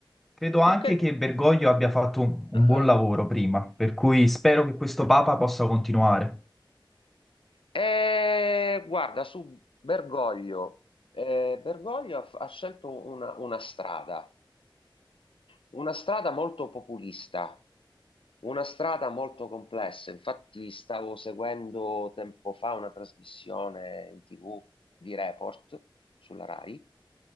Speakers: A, in the centre; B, on the left (about 85°).
A: Credo anche
B: Più che...
A: che Bergoglio abbia fatto un, un
B: Ah.
A: buon lavoro prima, per cui spero che questo Papa possa continuare.
B: Eh, guarda, su Bergoglio, eh, Bergoglio ha, ha scelto una una strada, una strada molto populista Una strada molto complessa, infatti stavo seguendo tempo fa una trasmissione in TV di Report sulla Rai